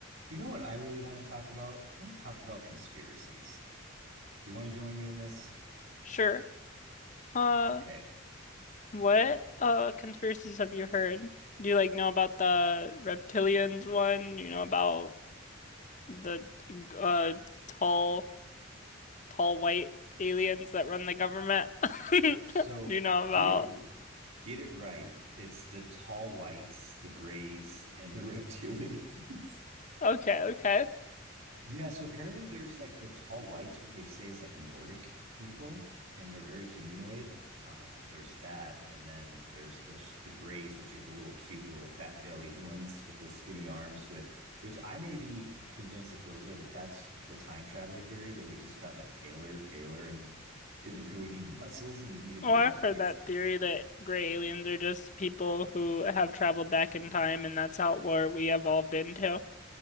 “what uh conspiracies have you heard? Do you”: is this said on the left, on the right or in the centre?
Left